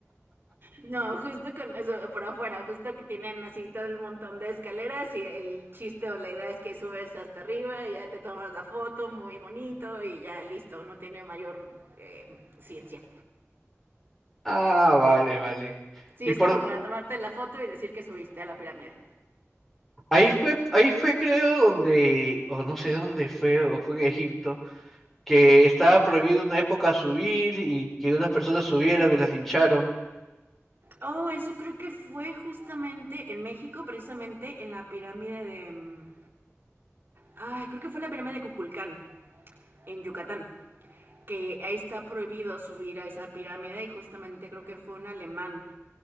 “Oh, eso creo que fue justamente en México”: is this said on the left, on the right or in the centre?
Right